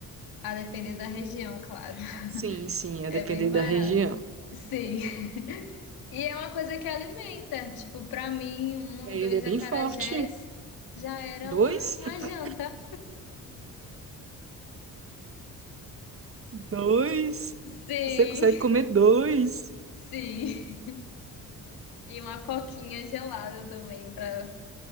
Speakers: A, on the left (about 80°); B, on the right (about 40°).
A: A depender da região, claro. <laughs>
B: Sim, sim,
A: É
B: a depender
A: bem barata.
B: da região.
A: Sim. <laughs> E é uma coisa que alimenta. Tipo, pra mim, um
B: Ele
A: ou dois
B: é bem
A: acarajés
B: forte.
A: já era
B: Dois?
A: uma, uma
B: <laughs>
A: janta.
B: Dois.
A: Sim,
B: Você consegue comer dois.
A: <laughs> sim. E uma coquinha gelada também, pra